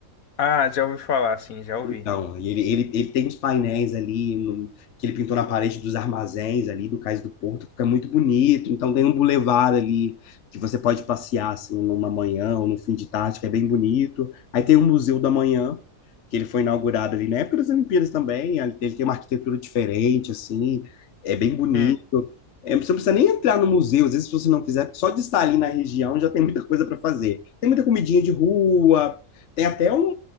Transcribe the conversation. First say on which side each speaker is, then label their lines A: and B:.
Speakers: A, on the left; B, on the left.
A: Ah, já ouvi falar, sim, já ouvi.
B: Então, e ele, ele, ele tem uns painéis ali no- que ele pintou na parede dos armazéns ali do Cais do Porto, que fica muito bonito. Então tem um bulevar ali que você pode passear assim numa manhã ou num fim de tarde, que é bem bonito. Aí tem o Museu da Manhã, que ele foi inaugurado ali na época das Olimpíadas também. ali- Ele tem uma arquitetura diferente assim, é bem bonito.
A: Hum,
B: É, você não precisa nem entrar no museu, às vezes se você não quiser, só de estar ali na região já tem muita coisa para fazer. Tem muita comidinha de rua, tem até um,